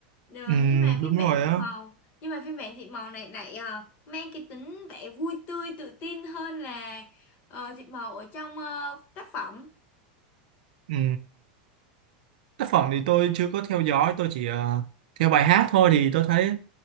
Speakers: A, on the left; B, on the right.
A: Ờ,
B: Ừ,
A: nhưng mà phiên
B: đúng rồi
A: bản Thị
B: á
A: Màu nhưng mà phiên bản Thị Màu này lại ờ, mang cái tính vẻ vui tươi tự tin hơn là uh, Thị Màu ở trong ờ, tác phẩm
B: ừ. Tác phẩm thì tôi chưa có theo dõi tôi chỉ ờ, theo bài hát thôi thì tôi thấy